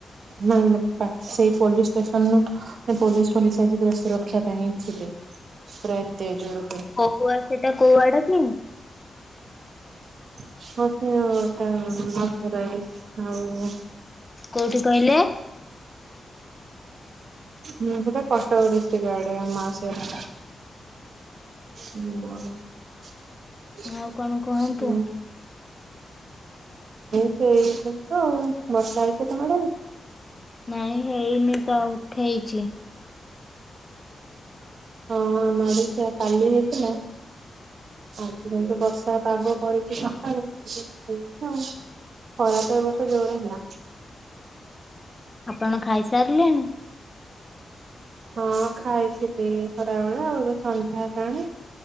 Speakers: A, on the right; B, on the left.
A: ନା ସେଇ ପୋଲିସ ଷ୍ଟେସନରୁୁ ପୋଲିସ ପୋଲିସ ଆଜି ସୁରକ୍ଷା ପାଇଁ ଥିବେ। ପ୍ରତେଜ ର
B: କୋଉ ଆ ସେଟା କୋଉ ଆଡେ କି
A: <unintelligible>
B: କୋଉଠି କହିଲେ?
A: ହୁଁ ସେଟା କୁଟକ ଡିଷ୍ଟ୍ରିକ୍ ଆଡ଼େ ମାଉସୀ ଙ୍କ ଘର। ହଁ ହୁଁ ହଁ। <unintelligible>
B: ଆଉ କଣ କୁହନ୍ତୁ?
A: ବର୍ଷା ହୋଉଛି ନା ତମ ଆଡେ?
B: ନାଇଁ ହେଇନି ତ ଆଉ ଉଠେଇଛି।
A: ହଁ ଆମ ଆଡ଼େ ବି ସେଇଆ କାଲି ହେଇଥିଲା। ଆଜି କିନ୍ତୁ ବର୍ଷା ପାଗ କରିକି ସକାଳୁ ଖରା ତ ଏ ବର୍ଷ ଜୋର ହେଲା।
B: ଆପଣ ଖାଇ ସାରିଲେଣି?
A: ହଁ ଖାଇଥିଲି ଖରାବେଳେ ଆଉ ଏବେ ସନ୍ଧ୍ୟା ହେଲାଣି।